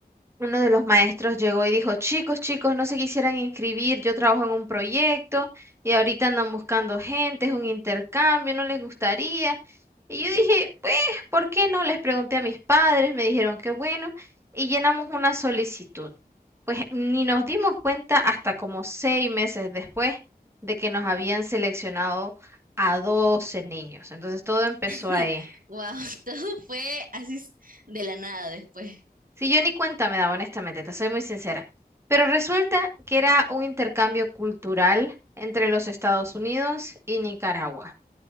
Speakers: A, on the right; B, on the right.
A: uno de los maestros llegó y dijo, chicos, chicos, no se quisieran inscribir, yo trabajo en un proyecto y ahorita andan buscando gente, es un intercambio, no les gustaría. Y yo dije, pues, ¿por qué no? Les pregunté a mis padres, me dijeron que bueno, y llenamos una solicitud. Pues ni nos dimos cuenta hasta como seis meses después de que nos habían seleccionado a 12 niños. Entonces todo empezó
B: <laughs>
A: ahí.
B: Wow, <laughs> todo fue así s- de la nada después.
A: Sí, yo ni cuenta me daba, honestamente, te soy muy sincera. Pero resulta que era un intercambio cultural entre los Estados Unidos y Nicaragua.